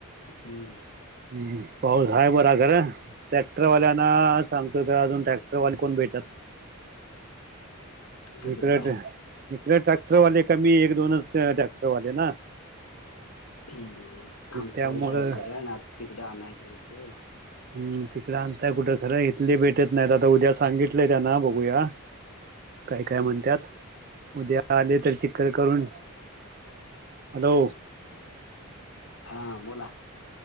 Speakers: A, on the left (about 75°); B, on the right (about 40°).
A: हम्म
B: ् पाऊस आहे बरा घर ट्रॅक्टरवाल्यांना सांगतोय का अजून ट्रॅक्टरवाले कोण भेटात
A: कसं
B: इकडे
A: काय
B: इकडे ट्रॅक्टरवाले कमी एक दोनच ट्रॅक्टरवाले ना
A: हम् आमच्याकड
B: त्यामुळं
A: आहेत खरा ना तिकड आणायचं कसं?
B: ह् तिकड आणताय कुठं खरं इथले भेटत नाहीत आता उद्या सांगितलंय त्याना बघूया. काय काय
A: हम्म
B: म्हणत्यात उद्या आले तरी चिकल करून हॅलो
A: हां बोला!